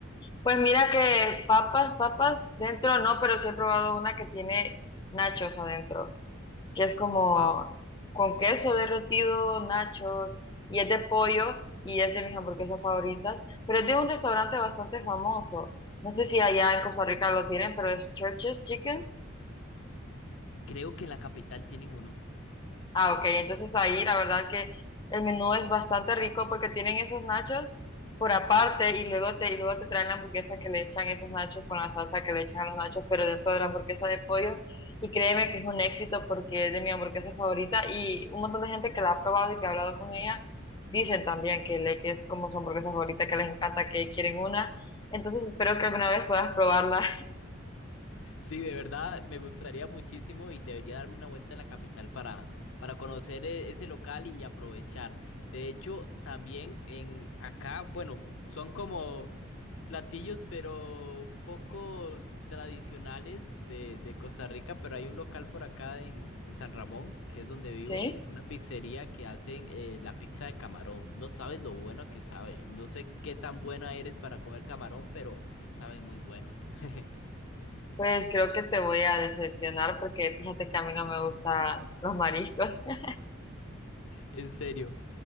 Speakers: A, on the left; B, on the left.
A: Pues mira que papas, papas dentro no, pero sí he probado una que tiene nachos adentro. que es como
B: Wow,
A: con queso derretido, nachos, y es de pollo y es de mis hamburguesas favoritas, pero es de un restaurante bastante famoso. No sé si allá en Costa Rica lo tienen, pero es Church's Chicken.
B: creo que en la capital tienen uno.
A: Ah, ok, entonces ahí la verdad que el menú es bastante rico porque tienen esos nachos por aparte y luego te, y luego te traen la hamburguesa que le echan esos nachos con la salsa que le echan a los nachos, pero dentro de la hamburguesa de pollo. Y créeme que es un éxito porque es de mi hamburguesa favorita y un montón de gente que la ha probado y que ha hablado con ella dicen también que, le, que es como su hamburguesa favorita, que les encanta, que quieren una. Entonces espero que alguna vez puedas probarla.
B: Sí, de verdad, me gustaría muchísimo y debería darme una vuelta en la capital para, para conocer e- ese local y aprovechar. De hecho, también en acá, bueno, son como platillos, pero poco tradicionales de, de Costa Rica, pero hay un local por acá en, en San Ramón, que es donde
A: <laughs>
B: vivo,
A: ¿Sí?
B: una pizzería que hacen eh, la pizza de camarón. No sabes lo bueno que sabe. No sé qué tan buena eres para comer camarón, pero sabe muy bueno. <laughs>
A: Pues creo que te voy a decepcionar porque fíjate que a mí no me gustan los mariscos. <laughs>
B: En serio.